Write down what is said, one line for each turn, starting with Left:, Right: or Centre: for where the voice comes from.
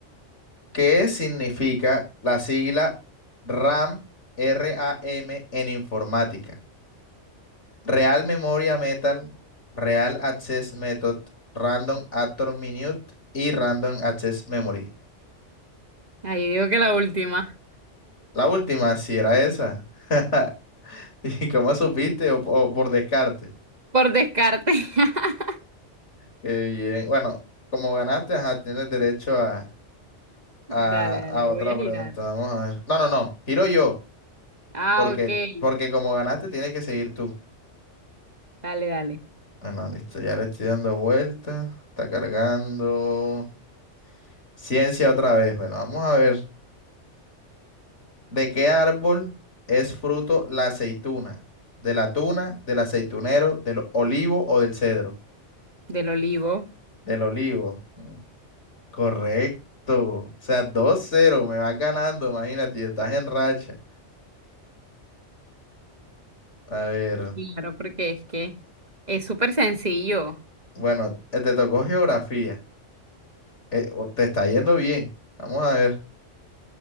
Left: ¿Qué significa la sigla RAM, RAM en informática? Real Memoria Metal, Real Access Method, Random Actor Minute y Random Access Memory.
Right: Ay, yo digo que la última,
Left: La última, si era esa. <laughs> <laughs> ¿Y cómo supiste? O, o por descarte.
Right: por descarte. <laughs>
Left: Qué bien. Bueno, como ganaste, ajá, tienes derecho a, a,
Right: Dale, dale,
Left: a
Right: voy
Left: otra
Right: a girar.
Left: pregunta. Vamos a ver. No, no, no. Giro yo.
Right: Ah,
Left: Porque,
Right: ok.
Left: porque como ganaste, tienes que seguir tú.
Right: Dale, dale.
Left: Bueno, listo. Ya le estoy dando vuelta. Está cargando. Ciencia otra vez. Bueno, vamos a ver. ¿De qué árbol es fruto la aceituna? ¿De la tuna, del aceitunero, del olivo o del cedro?
Right: Del olivo.
Left: Del olivo. Mm. Correcto. O sea, dos cero me vas ganando, imagínate, y estás en racha. A ver,
Right: Claro, porque es que es súper sencillo.
Left: bueno, eh, te tocó geografía. Eh, o- te está yendo bien. Vamos a ver.